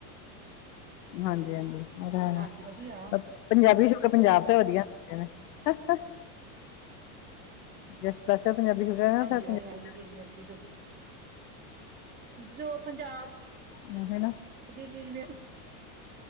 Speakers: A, on the left; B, on the right.
A: ਹਾਂਜੀ ਹਾਂਜੀ ਔ ਤਾਂ ਹੈਗਾ
B: ਹਾਂਜੀ ਵਧੀਆ
A: <unintelligible> ਪੰਜਾਬੀ ਛੂਟ ਪੰਜਾਬ ਤੋਂ ਵਧੀਆ ਹੁੰਦੇ ਨੇ ਜੈ ਸਪੈਸ਼ਲ ਪੰਜਾਬੀ ਸੂਟ ਨਾ
B: ਹਾਂਜੀ,
A: ਫਿਰ ਪੰਜਾਬ
B: ਓ ਤੇ ਹੈ ਬੋਤੀ ਚੀਜ਼ ਮਿਲਦੀ ਜੋ ਜੋ, ਪੰਜਾਬ
A: ਔ ਹੈਨਾ
B: ਹਵੇਲੀ ਜਿਵੇਂ